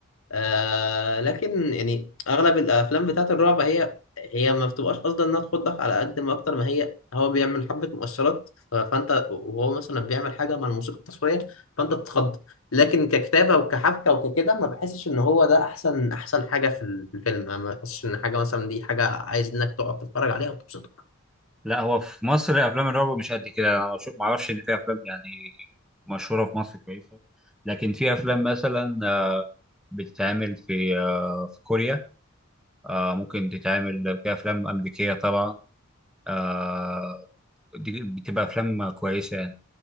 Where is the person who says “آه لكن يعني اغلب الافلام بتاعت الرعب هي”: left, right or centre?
Left